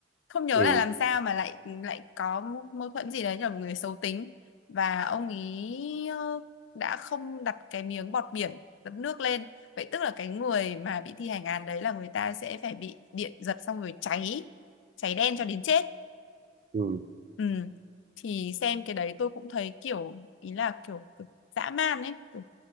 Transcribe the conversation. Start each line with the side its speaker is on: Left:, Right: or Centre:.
Left: không nhớ
Right: ừ ừ
Left: là làm sao mà lại lại có mâu mâu thuẫn gì đấy như là một người xấu tính và ông ý ờ, đã không đặt cái miếng bọt biển dập nước lên vậy tức là cái người mà bị thi hành án đấy là người ta sẽ phải bị điện giật xong rồi cháy cháy đen cho đến chết
Right: ừ
Left: ừ. thì xem cái đấy tôi cũng thấy kiểu ý là kiểu, kiểu dã man ấy kiểu